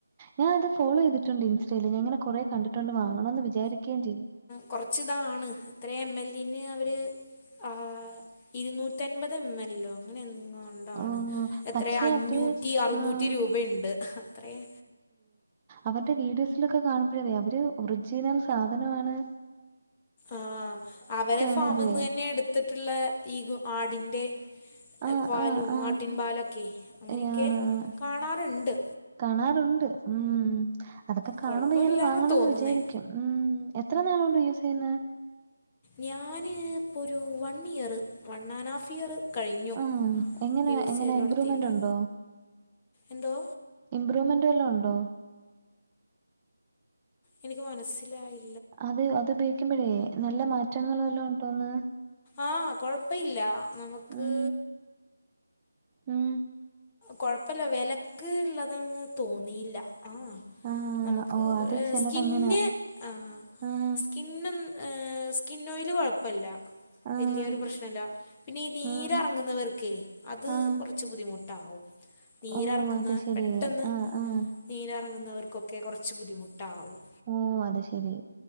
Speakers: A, on the right (about 20°); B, on the left (about 20°).
A: ഞാൻ അത് ഫോളോ ചെയ്തിട്ടുണ്ട് ഇൻസ്റ്റേയില് ഞാ ഇങ്ങനെ കൊറേ കണ്ടിട്ടുണ്ട് വാങ്ങണന്ന് വിചാരിക്കേം ചെയ്തു.
B: കുറച്ചിതാണ് ഇത്രയും എം എൽ ഇന് അവര് ആഹ് ഇരുന്നൂറ്റൻപത് എം എൽ ഓ അങ്ങനെ. ണ്ടാണ്
A: ഓഹ്
B: എത്രെ
A: പക്ഷെ
B: അഞ്ഞൂറ്റി
A: അവര്
B: അറുന്നൂറ്റി
A: ആഹ്
B: രൂബെണ്ട് അത്രേം.
A: അവരാടെ വീഡിയോസിലൊക്ക കാണുമ്പഴതേ അവര് ഒർജിനൽ സാധനാണ്.
B: ആഹ് അവരെ
A: ആണേലുവേ
B: ഫാമ്ന്നെന്നെ എടുത്തിട്ട്ള്ള ഈഗൊ ആടിന്റെ.
A: ആഹ്
B: പാലും
A: ആഹ് ആഹ്
B: ആട്ടിൻ പാലൊക്കെ അങ്ങനെയൊക്കെ
A: ഏ ആണ് ആണ്
B: കാണാറ്ണ്ട്.
A: കാണാറുണ്ട് ഉം അതൊക്ക കാണുമ്പൊ
B: കുഴപ്പമില്ലാന്നാ
A: ഇങ്ങനെ വാങ്ങണന്ന്
B: തോന്നുന്നേ
A: വിചാരിക്കും ഉം എത്ര നാളോണ്ട് യൂസിയ്യ്ന്നേ
B: ഞാന് ഇപ്പ ഒരൂ one year one and half year കഴിഞ്ഞു
A: ആഹ് എങ്ങനെ
B: യൂസിയ്യലൊട്ത്തീട്ട്
A: എങ്ങനെ ഇമ്പ്രൂവ്മെന്റ് ഉണ്ടോ
B: എന്തോ
A: ഇമ്പ്രൂവ്മെന്റ് വല്ലൊ ഉണ്ടോ
B: എനിക്ക് മനസ്സിലായി
A: അത് അത് ഉപയോഗിക്കുമ്പഴേ നല്ല മാറ്റങ്ങള് വല്ലൊം ഉണ്ടോന്ന്
B: ആഹ് കൊഴപ്പ ഇല്ല നമുക്ക്
A: ഉം ഉം
B: കൊഴപ്പല്ല വെലക്ക് ഇള്ളതാന്ന് തോന്നീല്ല ആഹ്
A: ആഹ്
B: നമുക്ക്
A: ഓ അത്
B: ഏഹ്
A: ചിലതങ്ങനെ
B: സ്കിന്ന് ആഹ്
A: ആഹ്
B: ഇന്നും ഏഹ് സ്കിൻ ഓയില് കൊഴപ്പല്ല
A: ആഹ്
B: വല്യൊരു പ്രശ്നല്ല പിന്നെ ഈ നീരറങ്ങുന്നവർക്കേ
A: ആഹ്
B: അത്
A: ആഹ്
B: കൊർച്ച് ബുദ്ധിമു ട്ടാവും നീരർങ്ങ്ന്ന
A: ഓ അത് ശരി
B: പെട്ടെന്ന്
A: ആഹ് ആഹ്
B: നീരിറങ്ങുന്നവർക്കൊക്കെ കൊറച്ച് ബുദ്ധിമുട്ടാവും
A: ഓ അത് ശെരി